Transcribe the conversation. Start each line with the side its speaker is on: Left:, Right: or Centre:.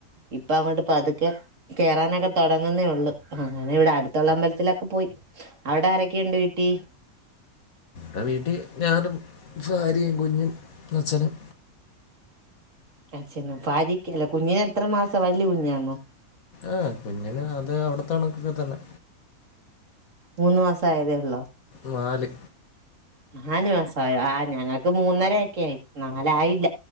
Right: ഇപ്പ അങ്ങോട്ട് ഇപ്പ അതൊക്കെ കയറാനൊക്കെ തുടങ്ങുന്നേ ഉള്ളൂ അങ്ങനെ ഇവിടെ അടുത്തുള്ള അമ്പലത്തിലൊക്കെ പോയി അവിടെ ആരൊക്കെയുണ്ട് വീട്ടി
Left: ആ വീട്ടിൽ ഞാനും ഭാരിയും കുഞ്ഞും അച്ഛനും
Right: അച്ഛ ഭക്ക് അല്ല കുഞ്ഞിന എത്ര മാസം വല്ിയ കുഞ്ഞാണോ
Left: ആഹ കുഞ്ഞന് അത് അവിടത്തെണക്കൊക്കെ തന്നെ
Right: മൂന്ന്ു മാസം ആയതേ ഉള്ളൂ
Left: നാല്
Right: നാാലു മാസയോ ആ ഞങ്ങൾക്ക് മൂന്നരയക്കെ ആയി നാലായില്ല